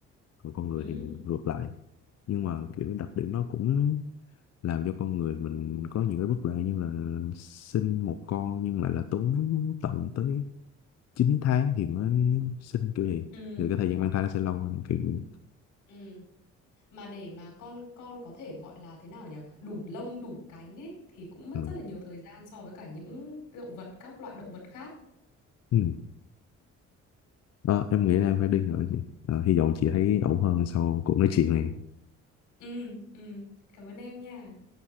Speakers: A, on the left (about 55°); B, on the left (about 85°).
A: còn con người
B: Ừ,
A: thì ngược lại nhưng mà kiểu đặc điểm nó cũng làm cho con người mình có nhiều cái bất lợi như là sinh một con nhưng lại là tốn tận tới 9 tháng thì mới sinh kiểu gì
B: ừ,
A: thì cái thời gian mang thai nó sẽ lâu hơn kiểu như-
B: ừ. Mà để mà con con có thể gọi là thế nào nhỉ? Đủ lông, đủ cánh ấy thì cũng mất
A: ừ.
B: rất là nhiều thời gian so với cả những động vật các loại động vật khác.
A: Ừ. Ờ, em nghĩ là em phải đi rồi chị Ờ, hy vọng chị thấy ổn hơn sau cuộc nói chuyện này
B: Ừ, ừ. Cảm ơn em nha.